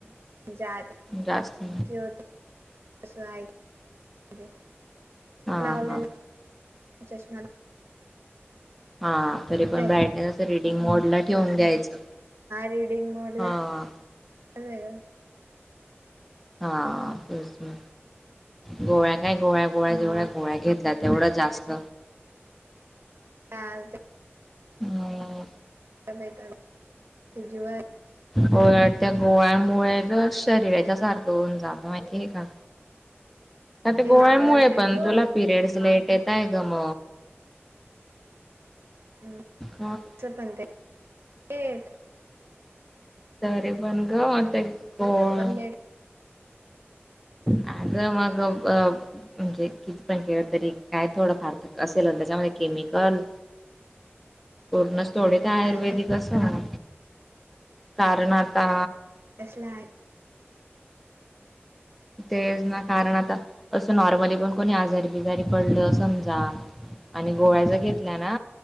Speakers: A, on the right; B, in the centre.
A: जा आत
B: जास्त
A: ठेवतो जाय द
B: हा
A: लावलेला
B: हा.
A: चष्मा
B: हा तरी पण
A: त्याची
B: ब्राईटनेस असं रीडिंग मोड ला ठेवून द्यायचं.
A: रीडिंग मोडला
B: हा.
A: -काय वेगळं
B: हा तेच न गोळ्या काय गोळ्या गोळ्या
A: हा,
B: जेवढ्या गोळ्या घेतल्या तेवढ्या जास्त
A: चालत
B: हम्म
A: तब्बेत तुझी व्हय
B: गोळ्या त्या गोळ्यामुळे तर शरीराच्या सारखं होऊन जात माहिती आहे का? मं ते गोळ्यामुळे
A: आळस येतो
B: पण तुला पिरियड्स लेट येताय ग म
A: हूं
B: हा ग
A: चपण ते नीट
B: तरी पण ग ते गोळ्या
A: बरोबर लेट
B: आग मग पब म्हणजे किती पण केलं तरी काय थोडं फार तर असेल न त्याच्यामध्ये केमिकल पूर्णच थोडे ते आयुर्वेदिक
A: काय माहिती
B: असत म्हणा कारण आता
A: कसला हाय
B: ते ना कारण आता असं नॉर्मली पण कोणी आजारी बिजारी पडलं समजा आणि गोळ्या ज घेतल्या ना